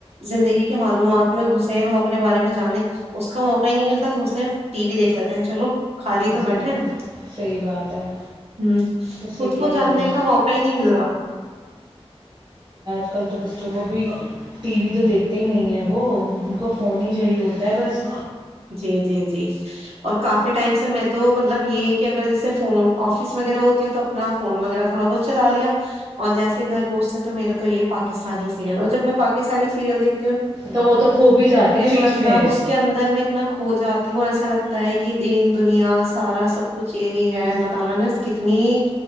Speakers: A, on the right; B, on the right.
A: زندگی کے معلومات میں گ ہم اپنے بارے میں جانیں اس کا موقع ہی نہیں ملتا سوچتے ہیں ٹی وی دیکھ لیتے ہیں چلو خالی تو
B: جی
A: بیٹھے ن
B: صحیح بات ہے
A: ہ
B: اس سے
A: خود
B: کیا
A: کو
B: ہی
A: جاننے
B: کریں
A: کا موقع ہی نہیں مل رہا
B: آ کل تو بچوں کو بھی ٹی وی تو دیکھتے ہی نہیں ہے وہ ان کو فون ہی چاہیے ہوتا ہے بس
A: جی جی جی اور کافی ٹائم سے میں تو مطلب یہ کہ اگر جیسے فون آفس وغیرہ ہوتی ہوں تو اپنا فون وغیرہ تھوڑا بہت چلا لیا اور جیسے گھر پوچتے ہو تو میرا تو یہ پاکستانی سل جب میں پاکستانی سیریلیک
B: تو وہ تو کھو بھی ہی جاتے ہیں بیچ
A: مطلب
B: میں
A: اس کے اندر میں اتنا کھو جاتی ہوں ایسا لگتا ہے کہ دین دنیا سارا سب کچھ یہی ہے اللہ تعالی نے کتنی